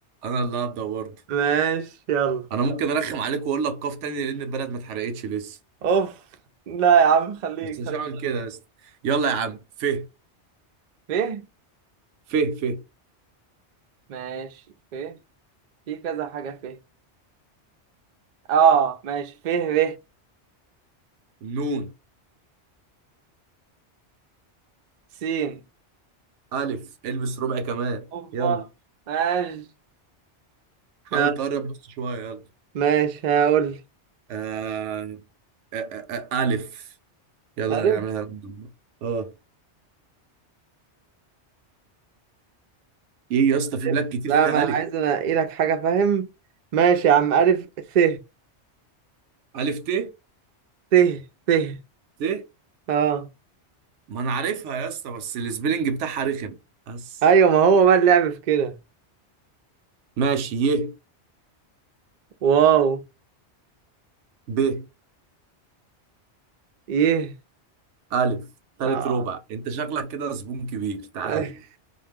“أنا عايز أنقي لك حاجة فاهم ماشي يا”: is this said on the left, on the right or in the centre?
Right